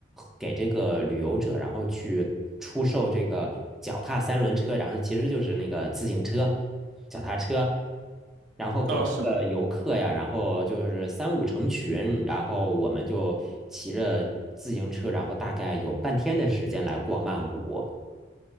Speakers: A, in the centre; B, on the right.
A: 给这个旅游者，然后去出售这个脚踏三轮车，然后其实就是那个自行车、脚踏车，然后给这个游客呀，
B: 哦，是吗？
A: 然后就是三五成群，然后我们就骑着自行车，然后大概有半天的时间来逛曼谷。